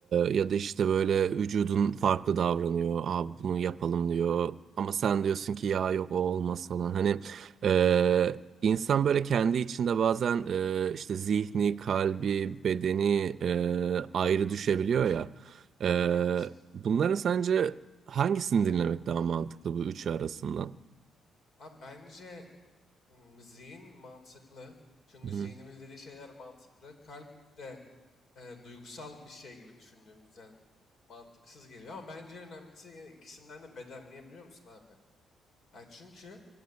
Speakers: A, on the right; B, on the left.
A: ya da işte böyle vücudun farklı davranıyor. Abi bunu yapalım diyor. Ama sen diyorsun ki ya yok o olmaz falan. Hani e, insan böyle kendi içinde bazen e, işte zihni, kalbi, bedeni e, ayrı düşebiliyor ya. Ee,
B: Evet.
A: bunların sence Hangisini dinlemek daha mantıklı bu üçü arasından?
B: Abi bence m, zihin mantıklı. Çünkü
A: Hı
B: zihnimiz
A: hı,
B: dediği şeyler mantıklı. Kalp de e, duygusal bir şey gibi düşündüğümüzden mantıksız geliyor. Ama bence en önemlisi yine ikisinden de beden. Niye biliyor musun abi? Yani çünkü